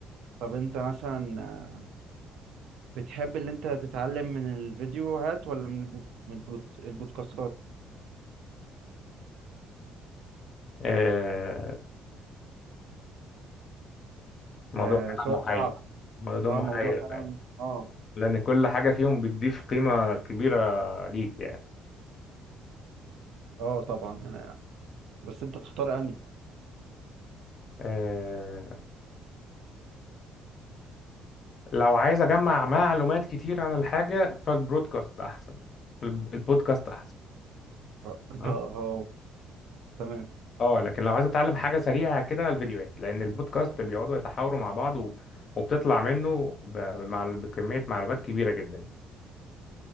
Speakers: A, on the right; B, on the left.
A: طب أنت مثلا آه، بتحب اللي أنت تتعلم من الفيديوهات ولا من البود... من البود... البودكاستات؟
B: آه الموضوع
A: آه
B: فعلا
A: سؤال
B: محير
A: صعب
B: الموضوع ده
A: اه
B: محير
A: موضوع فعلا
B: فعلا
A: اه
B: لان كل حاجه فيهم بتضيف قيمه كبيره ليك يعني
A: اه طبعا انا بس انت تختار اني
B: آه لو عايز اجمع معلومات كتير عن الحاجه فالبرودكاست احسن الب- البودكاست احسن
A: <laughs> اه
B: تمام
A: آه، تمام
B: اه لكن لو عايز اتعلم حاجه سريعه كده الفيديوهات لان البودكاست بيقعدوا يتحاوروا مع بعض و... وبتطلع منه ب... مع... بكميه معلومات كبيره جدا